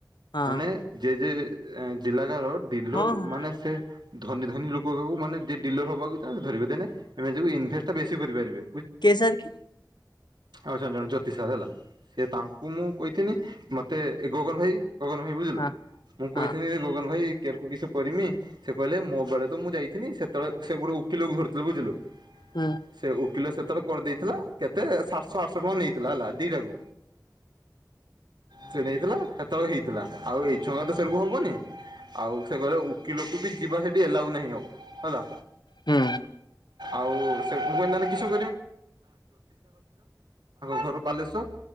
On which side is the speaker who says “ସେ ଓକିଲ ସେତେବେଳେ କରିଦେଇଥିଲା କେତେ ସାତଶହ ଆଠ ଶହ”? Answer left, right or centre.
Right